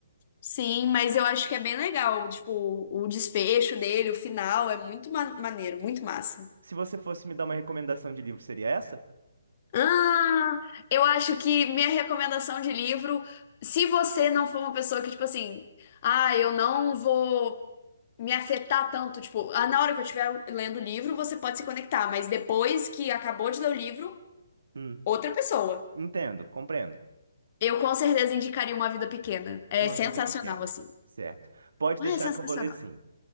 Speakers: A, on the left; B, on the right.
A: Sim, mas eu acho que é bem legal. Tipo, o desfecho dele, o final, é muito ma- maneiro, muito massa.
B: Se você fosse me dar uma recomendação de livro, seria essa?
A: Ah, eu acho que minha recomendação de livro, se você não for uma pessoa que, tipo assim, ah, eu não vou me afetar tanto, tipo, ah, na hora que eu estiver lendo o livro, você pode se conectar, mas depois que acabou de ler o livro,
B: Hum,
A: outra pessoa.
B: entendo, compreendo.
A: Eu com certeza indicaria Uma Vida Pequena. É
B: Uma
A: sensacional,
B: vida pequena.
A: assim.
B: Certo. Pode deixar
A: É sensacional.
B: que eu vou ler sim.